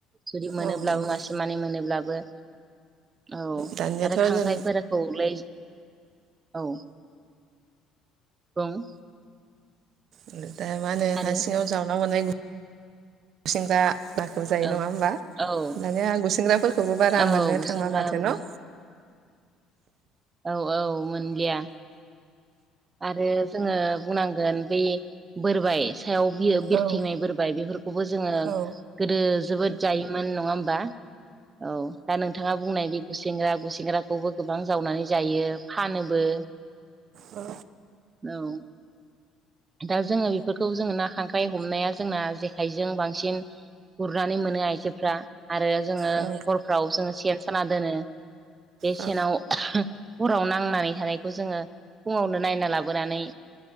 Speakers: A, on the right (about 25°); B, on the right (about 55°).
A: जुदि मोनोब्लाबो
B: औ नंगौ
A: मासे मानै मोनोब्लाबो औ
B: दानियाथ'
A: आरो खांख्रायफोरा
B: जों
A: औलाय औ बुं
B: होनो
A: आरो
B: हारसिङाव जावना मोननाय गुसेंग्रा नाखौ जायो
A: औ
B: नङा होमबा
A: औ
B: दानि आं गुसेंग्राफोरखौबो बारा
A: औ
B: मोननो
A: गुसेंग्रा
B: थांला माथो
A: बोरबाय
B: न'
A: औ औ मोनलिया आरो जोङो बुंनांगोन बै बोरबाय सायाव बिरथिंनाय
B: औ
A: बोरबाय बेफोरखौ खौबो जोङो
B: औ
A: गोदो जोबोद जायोमोन नङा होमबा औ दा नोंथाङा बुंनाय बे गुसेंग्रा गुसेंग्राखौबो गोबां जावनानै जायो फानोबो
B: ओ
A: औ दा जोङो बेफोरखौ जोङो ना खांख्राइ हमनाया जोंना जेखाइजों बांसिन गुरनानै मोनो आइजोफ्रा आरो जोङो
B: औ
A: हरफ्राव जोङो सेन साना दोनो बेसेनाव
B: औ
A: हराव नांनानै थानायखौ जोङो फुङावनो नायना लाबोनानै